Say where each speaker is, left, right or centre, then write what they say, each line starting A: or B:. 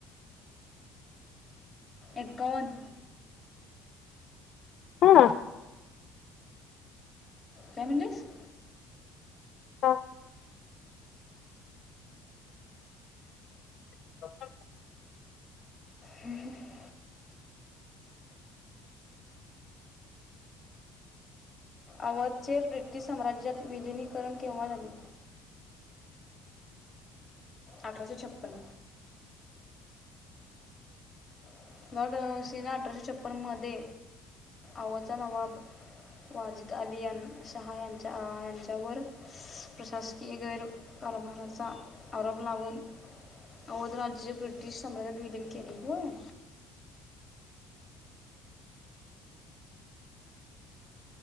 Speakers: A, on the left; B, on the left.
A: एकावन्न
B: हां
A: काय म्हणलीस?
B: हां <inaudible>
A: हं हं हं आवाजचेर ब्रिटिश साम्राज्यात विलीिनीकरण केव्हा झाले अठराशे छप्पन <unintelligible> सेना अठराशे छपन्नमध्ये अवधचा नवाब वाजीद अली यांना शाह यांच्या यांच्यावर प्रशासकीय गैरकारभाराचा आरोप लावून अवधराज्य ब्रिटिश साम्राज्यात विलीन केले होय.